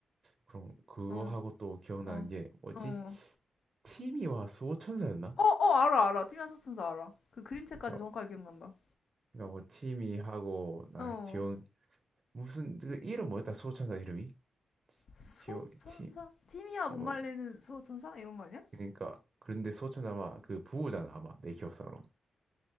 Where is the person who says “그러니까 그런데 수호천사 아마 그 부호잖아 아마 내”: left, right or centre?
Right